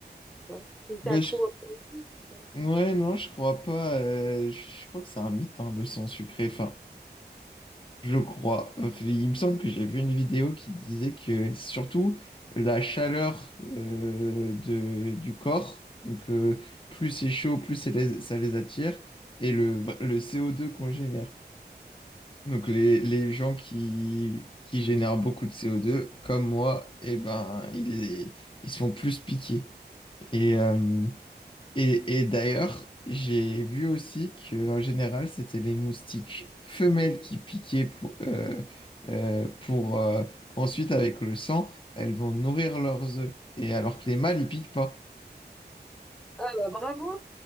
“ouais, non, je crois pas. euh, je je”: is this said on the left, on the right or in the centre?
Left